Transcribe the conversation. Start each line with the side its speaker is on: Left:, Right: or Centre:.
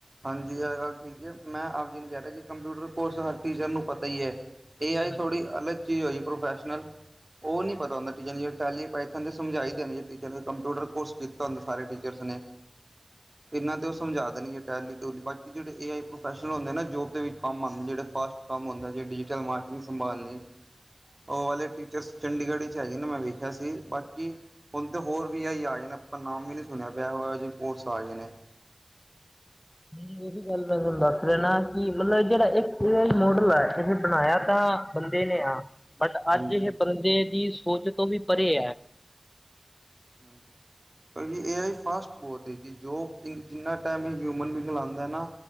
Right: ਹਾਂਜੀ, ਐ ਗੱਲ ਠੀਕ ਹੈ, ਮੈਂ ਆਪਦੀ ਕਹਿ ਰਿਹਾ ਕਿ, ਕੰਪਿਊਟਰ ਕੋਰਸ ਹਰ ਟੀਚਰ ਨੂੰ ਪਤਾ ਹੀ ਹੈ। ਏ
Left: ਹਾਂਜੀ
Right: ਆਈ ਥੋੜੀ ਅਲੱਗ ਚੀਜ਼ ਹੋਈ, ਪ੍ਰੋਫੈਸ਼ਨਲ। ਉਹ ਨਹੀਂ ਪਤਾ ਹੁੰਦਾ, ਟੀਚਰ ਜਿੜ ਟੈਲੀ ਪਾਈਥਨ ਦੇ ਸਮਝਾਈ ਦੇਨੀ, ਜ ਟੀਚਰ ਨੇ ਕੰਪਿਊਟਰ ਕੋਰਸ ਕੀਤਾ ਹੁੰਦਾ ਸਾਰੇ ਟੀਚਰਸ ਨੇ। ਇਹਨਾਂ ਤੇ ਉਹ, ਸਮਝਾ ਦੇਣਗੇ। ਟੈਲੀ, ਬਾਕੀ ਜਿਹੜੇ ਏਆਈ ਪ੍ਰੋਫੈਸ਼ਨਲ ਹੁੰਦੇ ਨਾ, ਜੋਬ ਦੇ ਵਿਚ ਕੰਮ ਆਂਦੇ, ਜਿਹੜਾ ਫਾਸਟ ਕੰਮ ਹੁੰਦਾ ਜੇ ਡਿਜੀਟਲ ਮਾਰ ਸੰਭਾਲਣੇ, ਉਹ ਵਾਲੇ ਟੀਚਰਸ ਚੰਡੀਗੜ੍ਹ ਈੱਚ ਹੈਗੇ ਨੇ, ਮੈ ਵੇਖਿਆ ਸੀ, ਬਾਕੀ ਹੁਣ ਤੇ ਹੋਰ ਵੀ ਏਆਈ ਆ ਗਏ ਨੇ, ਆਪਾਂ ਨਾਮ ਵੀ ਨਹੀਂ ਸੁਣਿਆ ਪਿਆ ਹੋਇਆ ਇਹੋ ਜਿਹੇ ਕੋਰਸ ਆ ਗਏ ਨੇ।
Left: ਹਮ <inaudible> ਗੱਲ ਮੈਂ ਤੁਹਾਨੂੰ ਦੱਸ ਦੇਂਦਾ, ਕਿ ਮਤਲਬ ਜਿਹੜਾ ਇਕ ਇਹ ਮੋਡਲ ਕਿਸੇ ਬਣਾਇਆ ਤਾਂ ਬੰਦੇ ਨੇ ਆ ਬਟ,
Right: ਹਾਂਜੀ
Left: ਅੱਜ ਇਹ ਬੰਦੇ ਦੀ ਸੋਚ ਤੋਂ ਵੀ ਪਰੇ ਐ।
Right: ਹਾਂਜੀ <inaudible> ਕਿਉਕਿ ਏਆਈ ਫਾਸਟ ਬਹੁਤ ਹੈ ਜੀ, ਜੋ ਜਿੰਨਾ ਟਾਈਮ ਇਹ ਹਿਊਮਨ ਬੀਂਗ ਲਾਂਦਾ ਏ, ਨਾ